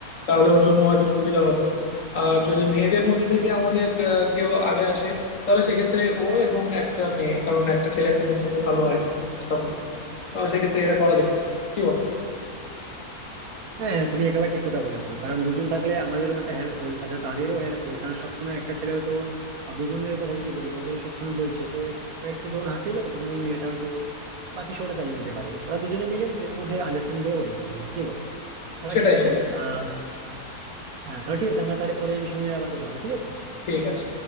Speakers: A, on the left; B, on the right.
A: তাহলে ওর জন্য হয়তো সুবিধা হবে আর যদি মেয়েদের মধ্যে থেকে আমাদের আহ, কেউ আগে আসে তাহলে সেক্ষেত্রে ও এবং একটা মেয়ে কারণ একটা ছেলে একটা মেয়ে থাকলে ভালো হয় উপস্থাপনা তো সেক্ষেত্রে এটা করা যেত কি বলো
B: হ্যাঁ তুমি একেবারে ঠিক কথা বলেছো কারণ দুজন থাকলে আমাদেরও একটা হেল্প হয় তাছাড়া তাদেরও হেল্প হয় কারণ সবসময় একটা ছেলে হয়তো আহ, বুবনের কথা যদি বলি ও ধরো সবসময় বলছে তো এক- ও একটু যখন হাঁপিয়ে যাবে তখন ওই মেয়েটা হয়তো বাকি শোটা চালিয়ে নিতে পারবে ওরা দুজনে মিলে নিজের মধ্যে আন্ডারস্ট্যান্ডিং করে করে নিতে পারবে কি বলো তাহলে
A: সেটাই
B: ঠিক আছে
A: সেটাই
B: আহ হ্যাঁ তাহলে ঠিক আছে আমরা তাহলে পরে এই বিষয় নিয়ে আবার কথা হবে ঠিক আছে
A: ঠিক আছে